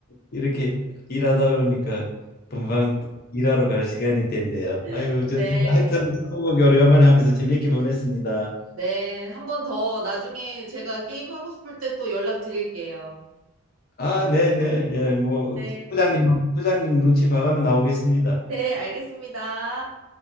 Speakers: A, on the left; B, on the right.
A: 이렇게 일하다 보니까 금방 또 일하러 갈 시간이 됐네요. 아이고,
B: <laughs>
A: 저
B: 네.
A: 재미- 하여튼 스무고개 오래간만에 하면서 재밌게 보냈습니다.
B: 네, 한 번 더 나중에 제가 게임 하고 싶을 때 또 연락드릴게요.
A: 아, 네, 네. 예, 뭐
B: 네.
A: 부장님 부장님 눈치 봐가면 나오겠습니다.
B: 네, 알겠습니다.